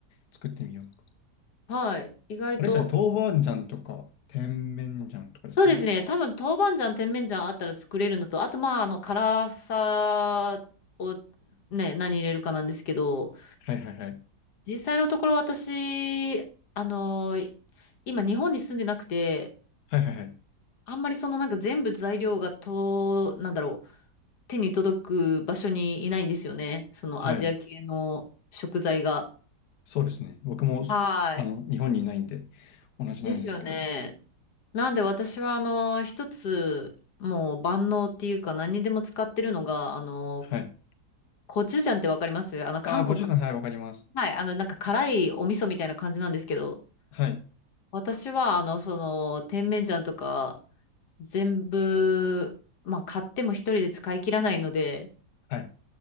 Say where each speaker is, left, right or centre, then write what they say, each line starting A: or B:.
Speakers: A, on the left (about 70°); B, on the left (about 80°).
A: 作ってみよう。
B: はい。意外と、
A: あれですよね、豆板醤とか、甜麺醤とかですかね。
B: そうですね。多分、豆板醤、甜麺醤あったら作れるのと、あと、まあ、あの、辛さをね、何入れるかなんですけど、
A: はいはいはい。
B: 実際のところ私、あの、今、日本に住んでなくて、
A: はいはいはい。
B: あんまりそのなんか全部材料がと、なんだろう、手に届く場所にいないんですよね。そのアジア系の食材が。
A: はい。そうですね。僕も、
B: はい。
A: あの、日本にいないんで、同じなんですけど。
B: ですよね。なんで私はあの、一つ、もう万能っていうか何にでも使ってるのが、あの、
A: はい。
B: コチュジャンってわかりますあの、韓国。
A: ああ、コチュさん、はい、わかります。
B: はい。あの、なんか辛いお味噌みたいな感じなんですけど、
A: はい。
B: 私は、あの、その、甜麺醤とか、全部、まあ、買っても一人で使い切らないので、
A: はい。